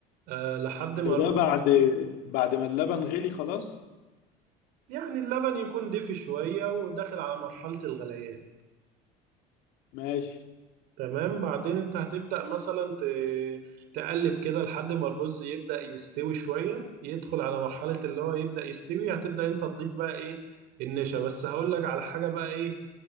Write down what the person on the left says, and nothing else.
ده
ده
بعد بعد ما اللبن غلي خلاص
ماشي